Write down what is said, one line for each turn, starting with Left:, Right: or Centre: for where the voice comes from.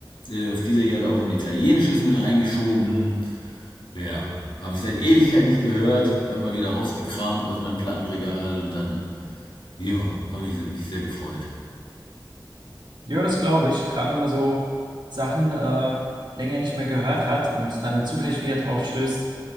Left: Äh, auf dieser Erde auch ein italienisches mit reingeschoben. Ja, habe ich seit Ewigkeit nicht gehört. Habe ich mal wieder rausgekramt aus meinem Plattenregal und dann, ja, habe ich mich sehr gefreut.
Right: Ja, das glaube ich. Gerade wenn man so Sachen äh, länger nicht mehr gehört hat und dann zufällig wieder drauf stößt,